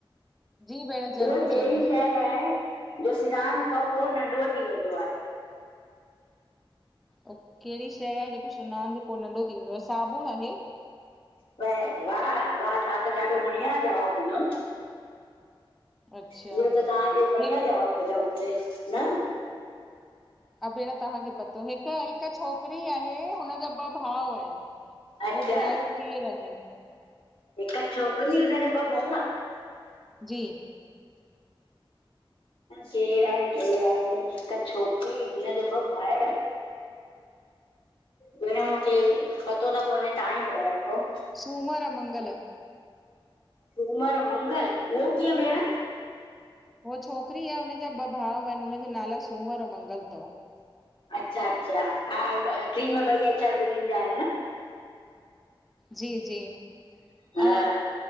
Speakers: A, in the centre; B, on the left (about 70°).
A: जी भेण ज़रूरु
B: उह केड़ी
A: ज़रूरु
B: शइ जो सनान खां पो नंढो थी वेंदो आहे।
A: ओ केड़ी शइ आहे जेको सनान खां पो नंढो थी वेंदी आहे? साबुण आहे।
B: व वाह वाह, तव्हां त ॾाढो बढ़िया जवाब ॾिनो।
A: अच्छा
B: इहो त तव्हांखे बढ़िया
A: हिकु
B: जवाब ॾिनो, मूंखेे न।
A: अ भेण तहांखे पतो, हिक हिक छोकिरी आहे हुनजा ॿ भाउ आहिन।
B: अच्छा
A: पो ॿुधायो केर आहे?
B: हिक छोकिरी हुनजा ॿ भूआ।
A: जी
B: केर आहे, केर आहे, हिक छोकिरी हुनजा ॿ भाउर। भेण मुखे पतो त कोने, तव्हां ई ॿुधाए रखो।
A: सूमर, मंगल
B: सूमर, मंगल उहो कीअं भेण।
A: हुअ छोकिरी आहे हुनजा ॿ भाउ आहिन, हुनजा नाला सूमर, मंगल तव।
B: अच्छा अच्छा हा ॿ क्रीम ॿई अक्षर ॿिनीं जा आहिन न।
A: जी जी
B: हा
A: अ